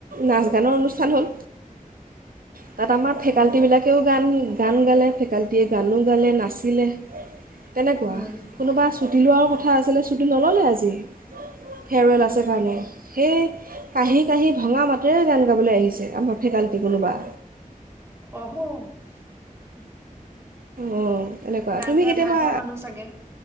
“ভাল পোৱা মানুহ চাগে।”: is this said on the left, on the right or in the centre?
Right